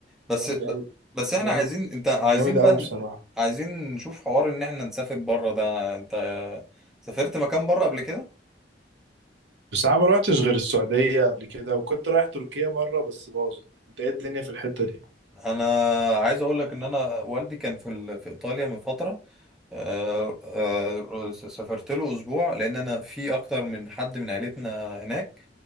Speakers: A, in the centre; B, on the right (about 80°).
A: بس
B: جامد قوي
A: بس احنا
B: جامد
A: عايزين انت عايزين
B: جامد قوي
A: بقى
B: بصراحه
A: عايزين نشوف حوار ان احنا نسافر بره ده انت سافرت مكان بره قبل كده؟
B: بس انا ما رحتش غير السعودية قبل كده وكنت رايح تركيا مرة بس باظت انت ايه الدنيا في الحتة دي
A: انا عايز اقول لك ان انا والدي كان في ال- في ايطاليا من فتره آه، آه، سافرت له اسبوع لان انا في اكتر من حد من عيلتنا هناك